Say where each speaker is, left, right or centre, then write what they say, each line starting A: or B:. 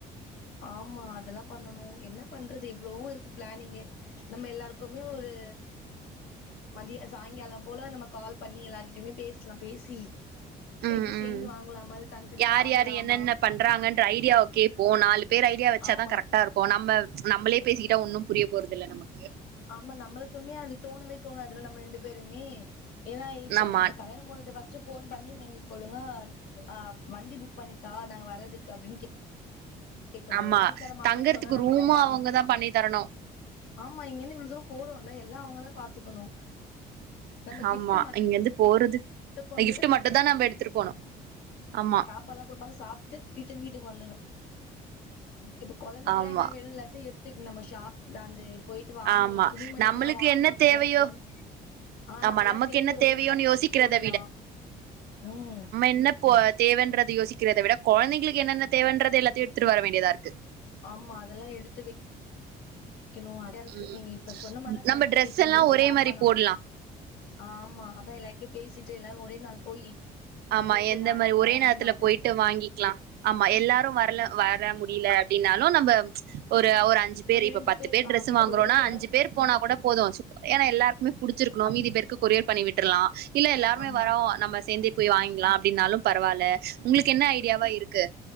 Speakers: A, on the left (about 70°); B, on the right (about 70°).
A: ஆமா அதெல்லா பண்ணணு என்ன பண்றது எவ்ளவோ இருக்கு ப்ளானிங்கு நம்ம எல்லார்க்குமே ஒரு மதிய சாய்ங்கால போல நம்ம கால் பண்ணி எல்லாகிட்டயுமே பேஸ்லா பேசி
B: உம்
A: எப்டி
B: உம்
A: சேந்து வாங்கலாமா இல் தனித்தனியா
B: யார்
A: வாங்கலாமா
B: யாரு என்னென்ன பண்றாங்கன்ற ஐடியாவ் கேப்போ நாலுபேர் ஐடியா வச்சா
A: ஆமா
B: தா கரெக்டா இருக் இப்போ நம்ப நம்பளே பேசிக்கிட்டா ஒன்னு புரிய போறதில்ல நமக்கு
A: ஆமா நம்மளுக்குமே அது தோணவே தோணதுல நம்ம ரெண்டு பேருமே ஏன்னா இப்போ
B: ஆமா
A: கந் கல்யாண போண்ட்டு பஸ் ட்டி ஃபோன் பண்ணி எங்ளுக் ஒழுங்க ஆ வண்டி புக் பண்ணித் தா நாங்க வரதுக்கு அப்டின் கே கேக்கனு
B: ஆமா
A: பண்ணித்தர மாட்டே
B: தங்கறதுக்கு
A: சொன்னா நம்ம
B: ரூமு
A: என்ன பண்ணோ
B: அவங்கதா பண்ணி தரனு
A: மா இங்கந்து இவ்ளோ தூரோ போறோல்ல எல்லா அவங்க தா பாத்துக்கணு நம்ம
B: ஆமா
A: கிஃப்ட்
B: இங்கேந்து போறது
A: மட்டும் கொண்டு
B: கிஃப்ட்டு
A: போய்
B: மட்டுதா நம்ம எடுத்துட்டு போனு ஆமா
A: பாள குடுப்பாங்க சாப்ட்டுட்டு திட்டன் வீட்டுக்கு வந்துர்னு இப்ப கொழந்தைங்ள
B: ஆமா
A: என்ன வேணுல்லாத்தையு எடுத் திட் நம்ம ஷாப் அந்து போய்ட்டு வாங்கணு
B: ஆமா
A: துணிமணிங்கல்லா
B: நம்மளுக்கு
A: வாங்கணு
B: என்ன
A: கல்யாணத்துக்குன்
B: தேவையோ
A: ஆ
B: ஆமா
A: நம்மல்லா
B: நமக்கு
A: சேந்து
B: என்ன
A: ஒரே
B: தேவையோன்னு
A: மாரி
B: யோசிக்கிறத
A: போடலா ம்
B: என்னப்போ தேவன்றது யோசிக்கிறத விட கொழந்தைகளுக்கு என்னென்ன தேவன்றது எல்லாத்தையு எடுத்துட்டு வர வேண்டியதா இருக்கு
A: ஆமா அதெல்லா எடுத்து வெக் கேணு அத் தர்க்கு
B: ம்
A: நீங்க இப்ப சொன்னமாரி தா
B: நம்ம
A: கரெக்ட்டு
B: ட்ரெஸ்
A: இப்பத்லந்
B: எல்லா
A: ஸ்டாட்
B: ஒரே மாரி
A: பண்ணணு
B: போட்லா
A: ஆமா அதா எல்லாக்கிட்யு பேசிட்டு எல்லாரு ஒரே நாள் போயி
B: ஆமா
A: கடையில போய்
B: எந்த
A: வாங்கிலா
B: மாரி ஒரே நேரத்துல
A: மாதிரி
B: போய்ட்டு வாங்கிக்லா ஆமா எல்லாரு வர்ல வர முடில அப்டின்னாலு நம்ப ஒரு ஒரு அஞ்சு பேர் இப்ப
A: ரெண்டு
B: பத்து பேர்
A: ஆ
B: ட்ரெஸ்சு
A: அப்டி
B: வாங்குறோனா
A: போயிட்டு கூட
B: அஞ்சு பேர் போனா கூட போது சு ஏன்னா எல்லார்க் மே புடிச்சிர்க்கணு மீதி பேர்க்கு கொரியர் பண்ணி விட்டுர்லா இல்ல எல்லாருமே
A: ஆமா
B: வரோ நம்ப சேந்தே போய் வாய்ங்லா அப்டின்னாலு பரவால்ல உங்ளுக்கு என்ன ஐடியாவா இருக்கு